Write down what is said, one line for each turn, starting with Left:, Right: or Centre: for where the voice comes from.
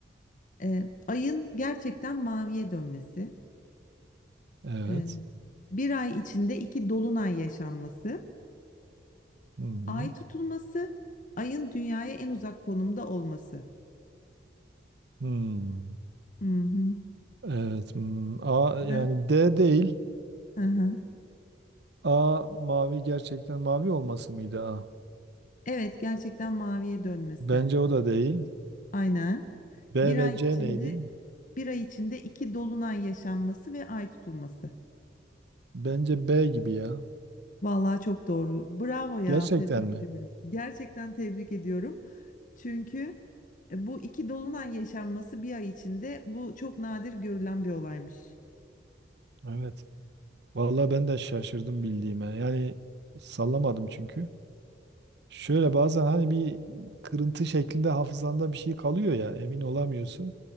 Left: Ee, ayın gerçekten maviye dönmesi.
Right: Evet.
Left: Ee, bir ay içinde iki dolunay yaşanması.
Right: Hı hı.
Left: Ay tutulması. Ayın dünyaya en uzak konumda olması.
Right: Hmm.
Left: Hı hı.
Right: Evet. hmm. A
Left: Ben-
Right: yani D değil.
Left: Hı hı.
Right: A mavi gerçekten mavi olması mıydı A?
Left: Evet, gerçekten maviye dönmesi.
Right: Bence o da değil.
Left: Aynen.
Right: B
Left: Bir
Right: ve
Left: ay
Right: C
Left: içinde
Right: neydi?
Left: bir ay içinde iki dolunay yaşanması ve ay tutulması.
Right: Bence B gibi ya.
Left: Vallahi çok doğru. Bravo ya,
Right: Gerçekten
Left: tebrik
Right: mi?
Left: ediyorum. Gerçekten tebrik ediyorum. Çünkü e, bu iki dolunay yaşanması bir ay içinde bu çok nadir görülen bir olaymış.
Right: Evet. Vallahi ben de şaşırdım bildiğime. Yani sallamadım çünkü. Şöyle bazen hani bir kırıntı şeklinde hafızanda bir şey kalıyor ya emin olamıyorsun.